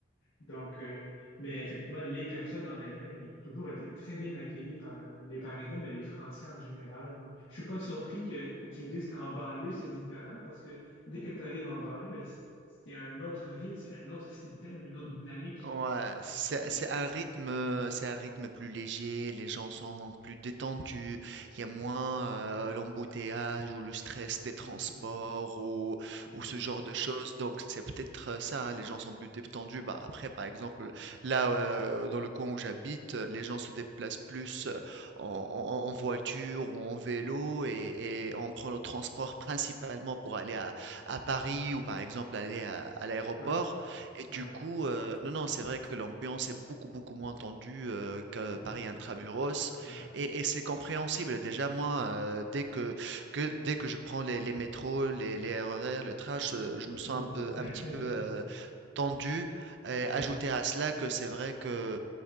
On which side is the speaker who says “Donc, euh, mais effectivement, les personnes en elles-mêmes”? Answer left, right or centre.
Left